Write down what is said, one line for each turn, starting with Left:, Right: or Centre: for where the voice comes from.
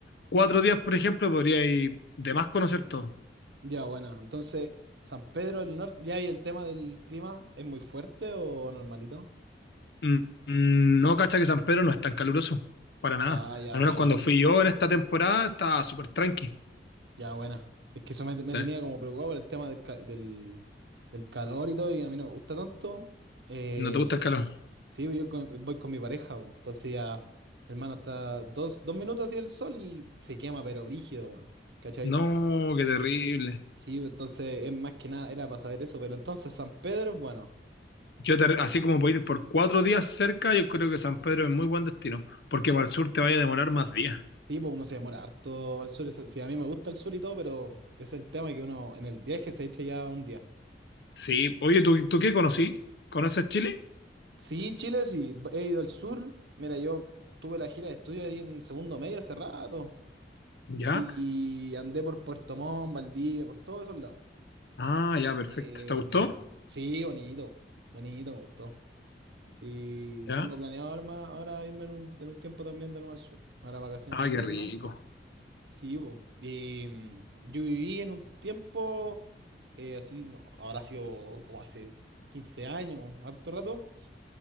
Left: 4 días, por ejemplo, podríais de más conocer todo.
Right: ya, bueno. Entonces, San Pedro del Norte, ya, y el tema del clima, ¿es muy fuerte o normalito?
Left: Mm, mm, No, cacha que San Pedro no es tan caluroso, para nada.
Right: Ah, ya,
Left: Al menos
Right: buena,
Left: cuando
Right: weón.
Left: fui yo en esta temporada estaba súper tranqui.
Right: Ya, buena. Es que eso me, me
Left: Eh,
Right: tenía como preocupado por el tema del, ca- del, del calor y todo, y a mí no me gusta tanto. Eh,
Left: ¿No te gusta el calor?
Right: sí, pues, yo con- voy con mi pareja, weón. Entonces ya, hermano, está dos, dos minutos así el sol y se quema, pero brígido, weón. ¿Cachai?
Left: No, qué terrible.
Right: Sí, pues, entonces es más que nada, era para saber eso, pero entonces San Pedro es bueno.
Left: Yo te- así como puedo ir por 4 días cerca, yo creo que San Pedro es muy buen destino, porque para el sur te vaya a demorar más días.
Right: Sí, pues uno se demora harto al sur. eso- Sí, a mí me gusta el sur y todo, pero es el tema que uno en el viaje se echa ya un día.
Left: Sí, oye, ¿tú, tú qué conocí? ¿Conoces Chile?
Right: Sí, Chile, sí, he ido al sur. Mira, yo tuve la gira de estudio ahí en segundo medio hace rato
Left: ¿Ya?
Right: y andé por Puerto Montt, Valdivia, por todos esos lados.
Left: Ah, ya, perfecto.
Right: Eh,
Left: ¿Te gustó?
Right: mm, sí, bonito, bonito, me gustó. Sí,
Left: ¿Ya?
Right: tengo planeado ahora, ma- ahora irme en un, en un tiempo también de nuevo al sur. Ahora vacaciones
Left: Ah,
Right: de invierno.
Left: qué rico.
Right: Sí, bo. Y mm, yo viví en un tiempo, eh, así, no, habrá sido como hace 15 años, harto rato.